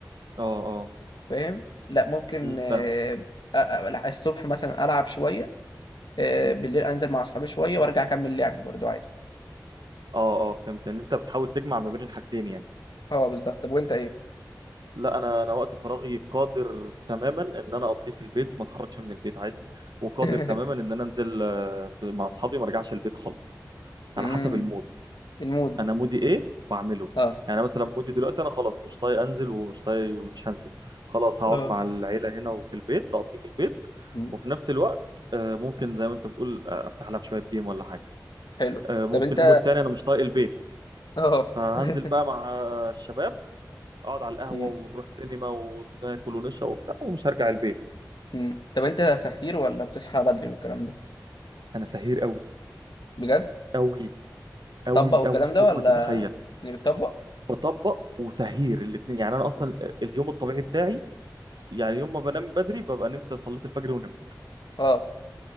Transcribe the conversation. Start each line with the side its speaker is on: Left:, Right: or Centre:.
Right: اه اه
Left: فاهم لا ممكن
Right: امم
Left: آه،
Right: فاهمك
Left: أ- أ- الصبح مثلا العب شويه آه،
Right: امم
Left: بالليل انزل مع اصحابي شويه وارجع اكمل لعب برضو عادي
Right: اه اه فهمت ان انت بتحاول تجمع ما بين الحاجتين يعني
Left: اه بالظبط طب وانت ايه
Right: لا انا انا وقت فراغي قادر تماما ان انا اقضيه في البيت ما اتحركش من البيت عادي وقادر
Left: <laughs>
Right: تماما ان انا انزل آه، مع اصحابي ما ارجعش البيت خالص
Left: امم
Right: على حسب المود
Left: المود
Right: انا مودي ايه واعمله
Left: اه
Right: يعني أنا مثلا مودي دلوقتي انا خلاص مش طايق انزل ومش طايق ومش هنزل خلاص هقعد
Left: اه
Right: مع العيله هنا وفي البيت اقضيه في البيت
Left: مم.
Right: وفي نفس الوقت آه، ممكن زي ما انت بتقول آه، افتح لها في شويه جيم ولا حاجه
Left: حلو
Right: آه، ممكن
Left: طب انت
Right: مود تاني انا مش طايق البيت
Left: اه
Right: فهنزل
Left: <laughs>
Right: بقى مع الشباب اقعد على القهوه
Left: مم.
Right: ونروح سينما وناكل ونشرب وبتاع ومش هرجع البيت
Left: مم. طب انت سحير ولا بتصحى بدري والكلام ده
Right: انا سهير قوي
Left: بجد
Right: قوي قوي
Left: طبق والكلام
Right: قوي فوق
Left: ده ولا
Right: ما تتخيل
Left: يعني بتطبق
Right: بطبق وسهير الاثنين يعني انا
Left: مم.
Right: اصلا آه، اليوم الطبيعي بتاعي يعني يوم ما بنام بدري ببقى نمت صليت الفجر ونمت
Left: اه